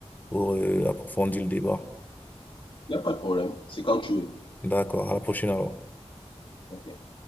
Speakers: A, on the left (about 15°); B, on the left (about 50°).
A: pour euh, approfondir le débat.
B: Il n'y a pas de problème, c'est quand tu veux.
A: D'accord. À la prochaine alors.
B: Ok.